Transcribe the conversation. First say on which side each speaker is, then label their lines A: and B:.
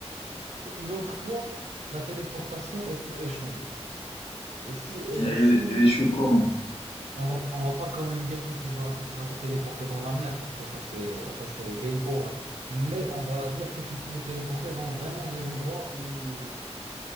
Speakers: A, on the right; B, on the left.
A: Et une autre fois, la téléportation, elle peut échouer. Et si elle
B: Elle,
A: échoue,
B: elle échoue comment?
A: bon, on va, on va pas quand même dire que tu vas, que tu vas te téléporter dans la mer parce que ça, c'est, ça, c'est game over. Mais on va dire que tu peux te téléporter dans vraiment des endroits où,